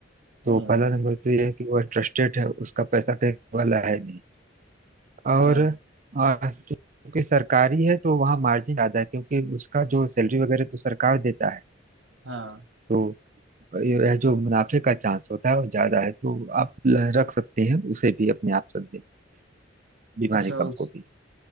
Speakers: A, on the right; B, on the right.
A: तो
B: हम्म
A: पहला नंबर तो ये है कि वह ट्रस्टेड है उसका पैसा कहीं वाला है नहीं और
B: हाँ
A: आ, चूंकि सरकारी है तो वहाँ मार्जिन ज्यादा है क्योंकि उसका जो सैलरी वगैरह तो सरकार देता है
B: हाँ
A: तो यह जो मुनाफे का चांस होता है वो ज्यादा है तो आप ल- रख सकते हैं उसे भी अपने आप सब में बीमा
B: अच्छा
A: निगम
B: उस
A: को भी